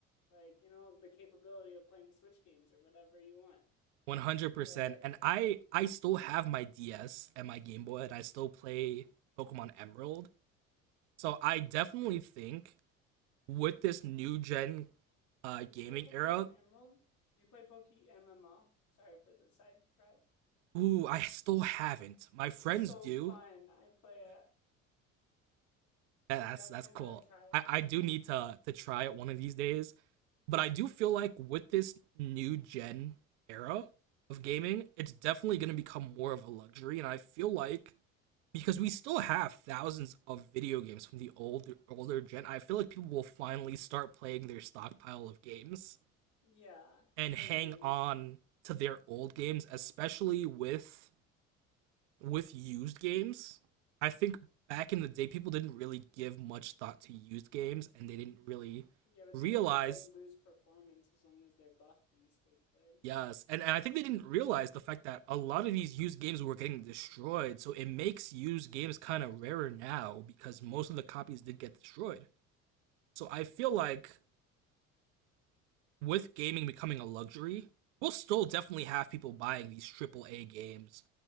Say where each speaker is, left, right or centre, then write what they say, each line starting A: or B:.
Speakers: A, on the left; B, on the right.
A: like, you know, the capability of playing Switch games or whatever you want,
B: 100%
A: right?
B: and I I still have my DS and my Game Boy and I still play Pokemon Emerald. So I definitely think with this new gen uh
A: You
B: gaming
A: play Pokemon
B: era.
A: Emerald? Do you play Poke MMO? Sorry for the sidetrack.
B: Ooh, I still haven't. My friends
A: It's so
B: do.
A: fun. I play it.
B: That-
A: You definitely
B: That's that's cool.
A: gotta try it.
B: I, I do need to to try it one of these days. But I do feel like with this new gen era of gaming, it's definitely gonna become more of a luxury. And I feel like because we still have thousands of video games from the old older gen, I feel like people will finally start playing their stockpile of games
A: Yeah,
B: and
A: I agree.
B: hang on to their old games, especially with with used games, I think back in the day people didn't really give much thought to used games and they didn't really
A: Yeah, but
B: realize
A: they don't like lose performance as long as they're buffed and stayed good.
B: yes and, and i think they didn't realize the fact that a lot of these used games were getting destroyed so it makes used games kind of rarer now because most of the copies did get destroyed so i feel like with gaming becoming a luxury we'll still definitely have people buying these triple A games